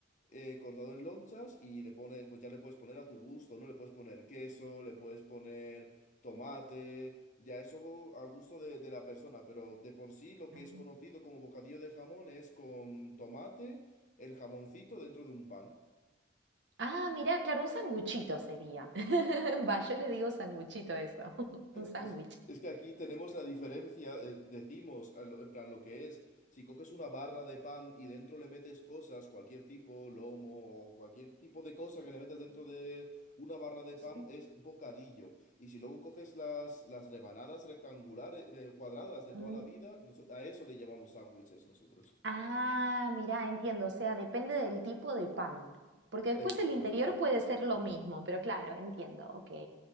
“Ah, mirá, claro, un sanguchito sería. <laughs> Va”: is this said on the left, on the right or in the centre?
Right